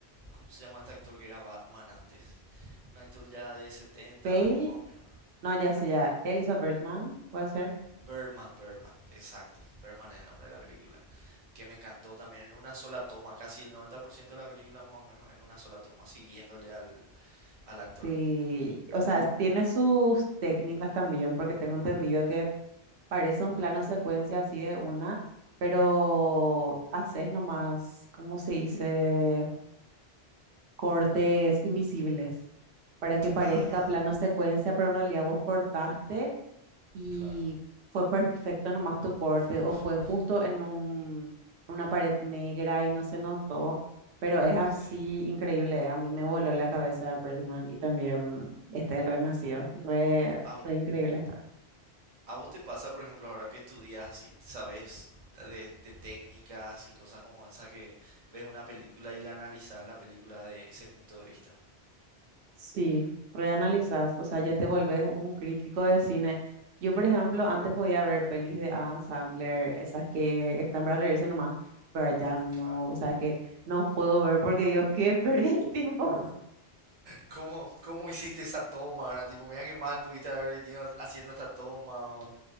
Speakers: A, on the right; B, on the right.
A: ¿cómo se llama este actor que era Batman antes? Un actor ya de 70
B: Bale,
A: años más o menos.
B: no, ya sé, ya. Elizabeth Bergman, puede ser.
A: Birdman, Birdman, exacto. Birdman es el nombre de la película. Que me encantó también en una sola toma, casi el 90% de la película más o menos en una sola toma, siguiéndole al, al actor.
B: Sí, o sea, tiene sus técnicas también, porque tengo entendido que parece un plano secuencia así de una, pero haces nomás, ¿cómo se dice? Cortes invisibles para que parezca
A: Ah,
B: plano secuencia, pero en realidad vos cortaste y
A: claro,
B: fue perfecto nomás tu corte
A: fue perfecto.
B: o fue justo en un, una pared negra y no se notó, pero es así
A: Sí.
B: increíble. A mí me voló la cabeza Birdman y también este El Renacido. Re,
A: ¿A, vo-
B: re increíble está.
A: a vos te pasa, por ejemplo, ahora que estudias y sabes de, de técnicas y cosas como esa que ves una película y la analizas la película de ese punto de vista?
B: Sí, reanalizás, o sea, ya te volvés un crítico de cine. Yo, por ejemplo, antes podía ver pelis de Adam Sandler, esas que están para reírse nomás, pero ya no,
A: Claro.
B: o sea, que no puedo ver porque digo, qué <laughs> perdí el tiempo.
A: ¿Cómo, cómo hiciste esa toma? ahora Tipo, mira qué mal pudiste haber venido haciendo esta toma. o-